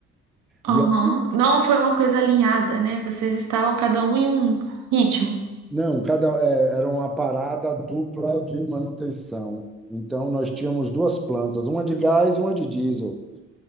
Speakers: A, on the right; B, in the centre.
A: Aham.
B: E a-
A: Não foi uma coisa alinhada, né? Vocês estavam cada um em um ritmo.
B: não, cada é, era uma parada dupla de manutenção. Então nós tínhamos duas plantas, uma de gás e uma de diesel.